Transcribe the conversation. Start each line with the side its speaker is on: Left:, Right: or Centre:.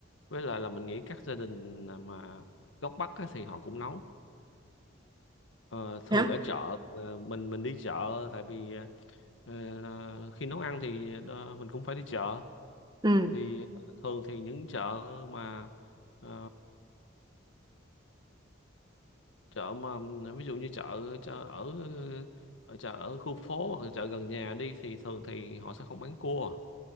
Left: với lại là mình nghĩ các gia đình mà gốc Bắc á, thì họ cũng nấu Ờ, thường
Right: thế á?
Left: ở chợ ờ, mình mình đi chợ tại vì ờ, là khi nấu ăn thì ờ, mình cũng phải đi chợ
Right: ừ
Left: thì ờ, thường thì những chợ mà ờ, chợ mà ví dụ như chợ, chợ ở ở chợ ở khu phố hoặc là chợ gần nhà đi thì thường thì họ sẽ không bán cua